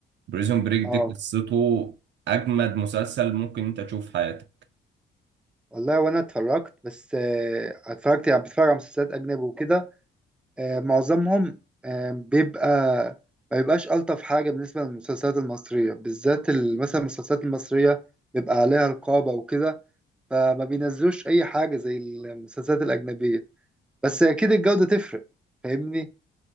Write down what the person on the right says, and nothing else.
بريزون بريك
دي قصته أجمد مسلسل ممكن أنت تشوف في حياتك